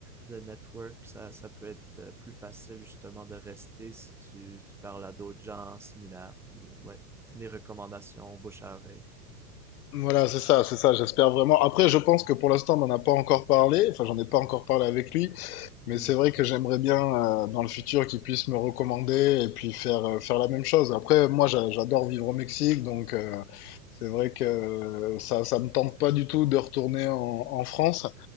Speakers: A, in the centre; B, on the left (about 75°).
A: de network, ça, ça peut être euh, plus facile justement de rester si tu, tu parles à d'autres gens similaires. Puis, ouais, les recommandations bouche à oreille.
B: Voilà, c'est ça, c'est ça, j'espère vraiment. Après, je pense que pour l'instant, on n'en a pas encore parlé, enfin, j'en ai pas encore parlé avec lui,
A: Mhm.
B: mais c'est vrai que j'aimerais bien, euh, dans le futur, qu'il puisse me recommander et puis faire, euh, faire la même chose. Après, moi, j'a- j'adore vivre au Mexique, donc euh, c'est vrai que euh, ça, ça me tente pas du tout de retourner en, en France,